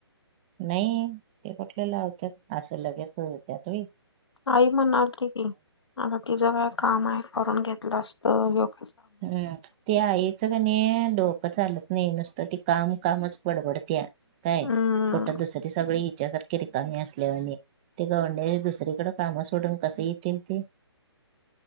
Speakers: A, on the right; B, on the left.
A: नाही ते पटलेलं होत असं लगेच हो त्यातही
B: आई म्हणाल त की आता तिचं काय काम आहे करून घेतलं असत यग
A: हम्म ते आईच क नाही डोकं चालत नाही नुसतं ती काम कामच बडबडत्या काय
B: हम्म,
A: कोठं दुसरी सगळे विचारारख ती रीकामी असल्यावाणी ते गनड्या दुसरीकडे कामं सोडून कसं येतील ते